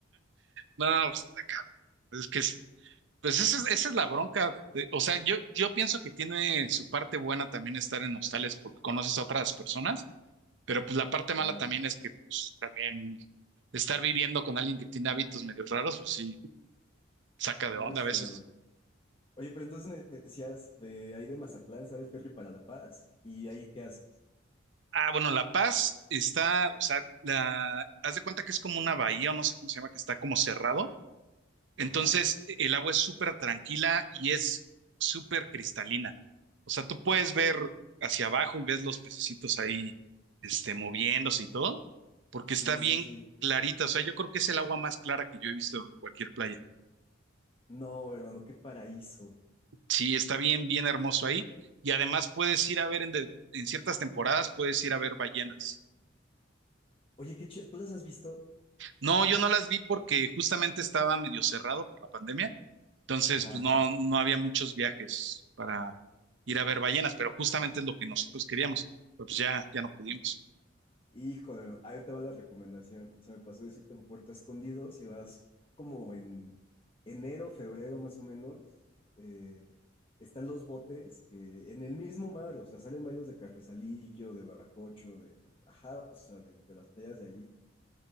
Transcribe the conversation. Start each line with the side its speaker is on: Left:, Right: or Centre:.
Right: No, pues, está es que, es- pues esa es, esa es la bronca. de- o sea, yo, yo pienso que tiene su parte buena también estar en hostales porque conoces a otras personas, pero pues la parte
Left: Claro,
Right: mala también es que, pues también estar viviendo con alguien que tiene hábitos medio raros, pues sí, saca
Left: justo,
Right: de onda a veces.
Left: hermano. Oye, pero entonces me decías de ahí de Mazatlán, sale el ferry para La Paz y ahí ¿qué haces?
Right: Ah, bueno, La Paz está, o sea, la, haz de cuenta que es como una bahía, o no sé cómo se llama, que está como cerrado Entonces,
Left: Ajá.
Right: e-, el agua es súper tranquila y es súper cristalina. O sea, tú puedes ver hacia abajo y ves los pececitos ahí, este, moviéndose y todo, porque
Left: Sí,
Right: está bien
Left: sí, sí.
Right: clarita. O sea, yo creo que es el agua más clara que yo he visto en cualquier playa.
Left: No, hermano, qué paraíso.
Right: Sí, está bien, bien hermoso ahí. Y además puedes ir a ver en, de- en ciertas temporadas, puedes ir a ver ballenas.
Left: Oye, qué chido. ¿Tú las has visto?
Right: No, yo no las vi porque justamente estaba medio cerrado por la pandemia, entonces
Left: Ajá,
Right: pues
Left: ajá.
Right: no, no había muchos viajes para ir a ver ballenas, pero justamente es lo que nosotros queríamos, pero pues ya, ya no pudimos.
Left: Híjole, ahí te va la recomendación. Se me pasó decirte en Puerto Escondido, si vas como en enero, febrero más o menos, eh, están los botes que en el mismo mar, o sea, salen varios de Carrizalillo, de Bacocho, de, ajá, o sea, de, de las playas de allí